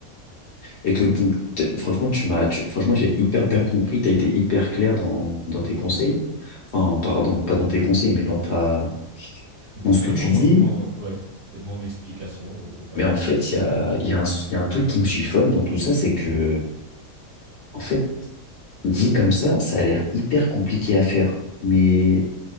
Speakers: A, on the left (about 60°); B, on the right (about 55°).
A: Et que, bon, t'es- franchement, tu m'as, tu- franchement, j'ai hyper bien compris, t'as été hyper clair dans, dans tes conseils. Enfin, pardon, pas dans tes conseils, mais dans ta,
B: <laughs>
A: dans ce que
B: Ouais,
A: tu
B: mon,
A: dis.
B: envi- mon, ouais, c'est mon explication, ou- ouais.
A: Mais en fait, il y a, il y a un, il y a un truc qui me chiffonne dans tout ça, c'est que, en fait, dit comme ça, ça a l'air hyper compliqué à faire. Mais.